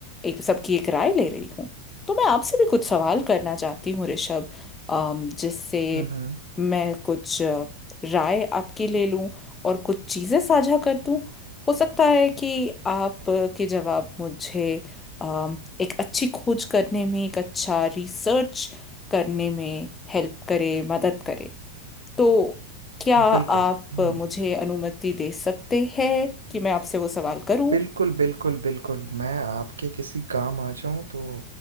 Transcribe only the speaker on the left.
एक सबकी एक राय ले रही हूँ तो मैं आपसे भी कुछ सवाल करना चाहती हूँ ऋषभ अम, जिससे
मैं कुछ अ, राय आपकी ले लूँ और कुछ चीज़ें साझा कर दूँ हो सकता है कि आपके जवाब मुझे अम, एक अच्छी खोज करने में एक अच्छा रिसर्च करने में हेल्प करे मदद करे तो क्या आप
मुझे अनुमति दे सकते हैं कि मैं आपसे वो सवाल करूं